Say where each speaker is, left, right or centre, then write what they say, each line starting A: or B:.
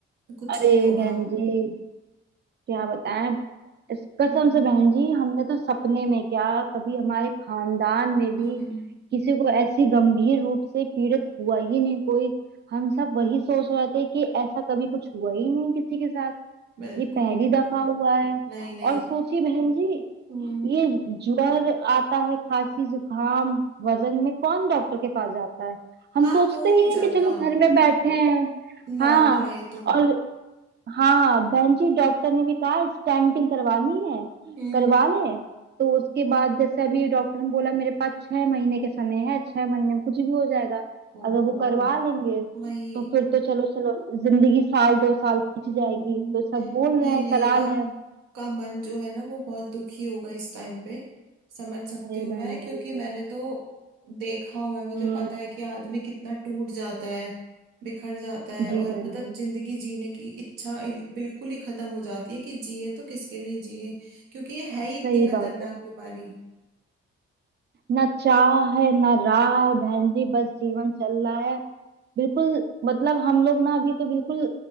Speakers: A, on the right (about 80°); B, on the right (about 35°).
A: कुछ
B: अरे
A: नहीं होगा
B: बहन जी क्या बताएं इस कसम
A: हम्म,
B: से बहन जी हमने तो सपने में क्या कभी हमारे खानदान में भी
A: <laughs>
B: किसी को ऐसी गंभीर रूप से पीड़ित हुआ ही नहीं कोई हम सब वही सोच रहे थे कि ऐसा कभी कुछ हुआ ही नहीं किसी के साथ
A: बिल्कुल
B: ये पहली
A: बिल्कुल
B: दफा हुआ है
A: नहीं नहीं
B: और सोचिए बहन जी
A: हम्म
B: ये ज्वर आता है खांसी जुकाम वजन में कौन डॉक्टर के पास जाता है हम
A: हाँ
B: सोचते
A: कोई
B: ही
A: नहीं
B: हैं
A: जाता
B: कि चलो घर में बैठे हैं
A: नॉर्मल
B: हाँ
A: है ये तो
B: और हाँ बहन जी डॉक्टर ने भी कहा स्टेंटिंग करवानी है
A: हम्म
B: करवा ले तो उसके बाद जैसे अभी डॉक्टर ने बोला मेरे पास छह महीने के समय है छह महीने में कुछ भी हो जाएगा
A: ओहो
B: अगर वो करवा लेंगे
A: वही
B: तो फिर तो चलो चलो जिंदगी साल दो साल खिंच
A: हम्म
B: जाएगी
A: हम्म, हम्म।
B: तो सब बोल रहे
A: नहीं
B: हैं
A: नहीं
B: करा
A: आपका
B: लें
A: मन जो है ना वो बहुत दुखी होगा इस टाइम पे समझ सकती
B: अरे
A: हूँ
B: बहन
A: मैं क्योंकि
B: जी
A: मैंने तो देखा हुआ है मुझे
B: हम्म
A: पता है कि आदमी कितना टूट जाता है बिखर जाता है
B: जी
A: और
B: बहन
A: मतलब
B: जी
A: जिंदगी जीने की इच्छा इल- बिल्कुल ही खत्म हो जाती है कि जिए तो किसके लिए जिए क्योंकि ये है ही
B: सही
A: इतनी खतरनाक
B: बात है
A: बीमारी
B: ना चाह है ना राह है बहन जी बस जीवन चल रहा है बिल्कुल मतलब हम लोग ना अभी तो बिल्कुल